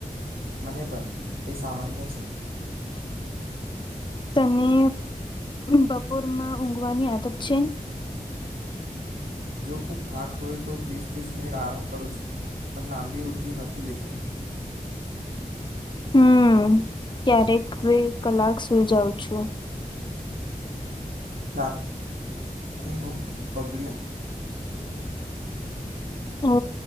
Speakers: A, on the right (about 80°); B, on the left (about 30°).
A: મને પણ, એ સામાન્ય છે.
B: તને બપોરમાં ઊંઘવાની આદત છે?
A: જો ખૂબ થાક હોય તો બીસ ત્રીસ મિનિટ આરામ કરું છું, પણ લાંબી ઉથી નથી લેતી.
B: હમ્મ, ક્યારેક બે કલાક સુઈ જાઉં છું.
A: રા અહીં ઊંઘ બગડે.
B: ઓ,